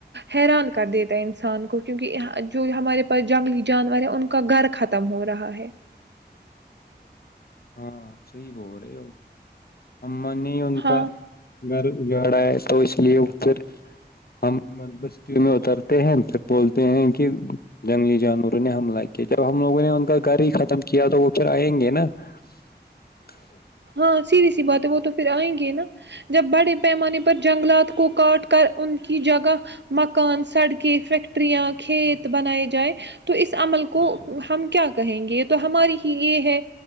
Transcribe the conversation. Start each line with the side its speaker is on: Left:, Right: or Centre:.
Right: حیران کر دیتا ہے انسان کو کیونکہ جو ہمارے پاس جنگلی جانور ہے ان کا گھر ختم ہو رہا ہے
Left: ہاں صی بول رہے ہو اا نے ان
Right: ہاں
Left: کا گھر جاڑا ہے تو اس لیے پھر ہم بستی میں اترتے ہیں پھر بولتے ہیں کہ جنگلی جانوروں نے حملہ کیا جب ہم لوگوں نے ان کا گھر ہی ختم کیا تو وہ پھر آئیں گے نا السلام علیکم محترم بھائی جان آپ
Right: ہاں سیری سی بات وہ تو پھر آئیں گے نا جب بڑے پیمانے پر جنگلات کو کاٹ کر ان کی جگہ مکان سڑکیں فیکٹریاں کھیت بنائے جائیں تو اس عمل کو کو ہم کیا کہیں گے یہ تو ہماری ہی یہ ہے